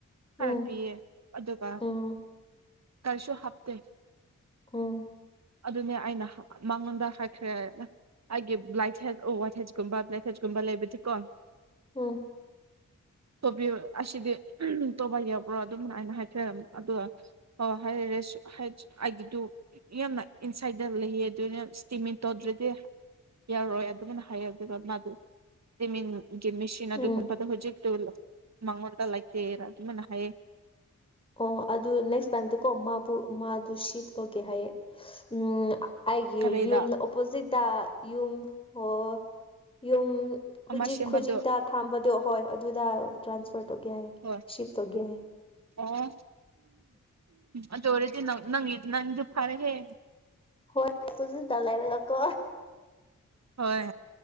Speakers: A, on the right (about 55°); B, on the left (about 15°).
A: ꯈꯔ
B: ꯎꯝ
A: ꯄꯤꯌꯦ ꯑꯗꯨꯒ
B: ꯎꯝ
A: ꯀꯔꯤꯁꯨ ꯍꯥꯞꯇꯦ
B: ꯎꯝ
A: ꯑꯗꯨꯅꯦ ꯑꯩꯅ ꯃꯉꯣꯟꯗ ꯍꯥꯏꯈ꯭ꯔꯦ ꯑꯩꯒꯤ ꯕ꯭ꯂꯥꯏ ꯍꯦꯖ ꯋꯥꯠ ꯍꯦꯖꯀꯨꯝꯕ ꯕ꯭ꯂꯦꯛ ꯍꯦꯖꯀꯨꯝꯕ ꯂꯩꯕꯗꯤꯀꯣ
B: ꯎꯝ
A: ꯇꯣꯕꯤ ꯑꯁꯤꯗꯤ ꯇꯣꯕꯥ ꯌꯥꯎꯕ꯭ꯔꯣ ꯑꯗꯨꯝꯅ ꯍꯥꯏꯅ ꯍꯥꯏꯊꯔꯝ ꯑꯗꯨꯒ ꯍꯣꯏ ꯍꯥꯏ ꯔꯦ ꯑꯩꯒꯤꯗꯨ ꯌꯥꯝꯅ ꯏꯟꯁꯥꯏꯗ ꯂꯩꯌꯦ ꯑꯗꯨꯅ ꯏꯁꯇꯤꯃꯤꯟ ꯇꯧꯗ꯭ꯔꯗꯤ ꯌꯥꯔꯣꯏ ꯑꯗꯨꯃꯥꯏꯅ ꯍꯥꯏ ꯑꯗꯨꯒ ꯃꯥꯗꯨ ꯏꯁꯇꯤꯃꯤꯟ ꯒꯤ ꯃꯦꯆꯤꯟ ꯑꯗꯨꯒꯨꯝꯕꯗ
B: ꯎꯝ
A: ꯍꯧꯖꯤꯛꯇꯨ ꯃꯉꯣꯟꯗ ꯂꯩꯇꯦꯅ ꯑꯗꯨꯃꯥꯏꯅ ꯍꯥꯏꯌꯦ
B: ꯑꯣ ꯑꯗꯨ ꯅꯦꯛꯁ ꯇꯥꯏꯝꯗꯀꯣ ꯃꯥꯕꯨ ꯃꯥꯗꯨ ꯁꯤꯐ ꯇꯧꯒꯦ ꯍꯥꯏꯌꯦ ꯎꯝ ꯑꯩꯒꯤ
A: ꯀꯔꯤꯗ
B: ꯌꯨꯝꯗ ꯑꯣꯄꯣꯖꯤꯠꯇ ꯌꯨꯝ ꯑꯣ ꯌꯨꯝ ꯍꯧꯖꯤꯛ
A: ꯑꯃ ꯁꯦꯝꯕꯗꯣ
B: ꯍꯧꯖꯤꯛꯇ ꯊꯥꯝꯕꯗꯣ ꯍꯣꯏ ꯑꯗꯨꯗ ꯇ꯭ꯔꯥꯟꯁꯐꯔ ꯇꯧꯒꯦ ꯍꯥꯏ
A: ꯍꯣꯏ
B: ꯁꯤꯐ ꯇꯧꯒꯦ ꯍꯥꯏ
A: ꯑꯣ ꯑꯗꯧꯔꯦꯗꯤ ꯅꯪ ꯅꯪ ꯅꯪ ꯗꯨ ꯐꯔꯦ ꯍꯦ
B: ꯍꯣꯏ ꯄꯨꯁꯨ ꯇꯂꯥꯏꯔꯒꯀꯣ
A: ꯍꯣꯏ